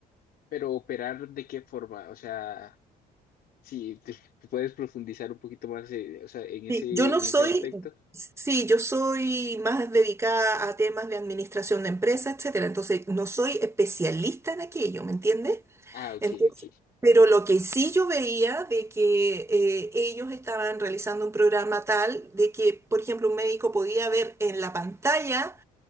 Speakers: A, on the left; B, on the right.
A: Pero operar de qué forma, o sea, si te- puedes profundizar un poquito más, eh, o sea, en ese
B: Sí, yo no
A: en
B: soy,
A: ese aspecto.
B: sí, yo soy más dedicada a temas de administración de empresas, etcétera, entonces no soy especialista en aquello, ¿me entiendes?
A: Ah, ok,
B: Entonces,
A: ok.
B: pero lo que sí yo veía de que eh, ellos estaban realizando un programa tal de que, por ejemplo, un médico podía ver en la pantalla